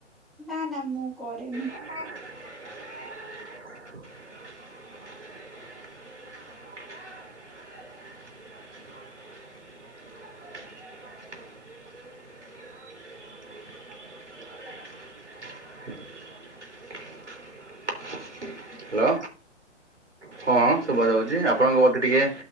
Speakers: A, in the centre; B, on the right.
A: ନା ନା ମୁଁ କରେନି।
B: <unintelligible> ହ୍ୟାଲୋ ହଁ ଶୁଭା ଯାଉଛି ଆପଣଙ୍କ ବୋଧେ ଟିକେ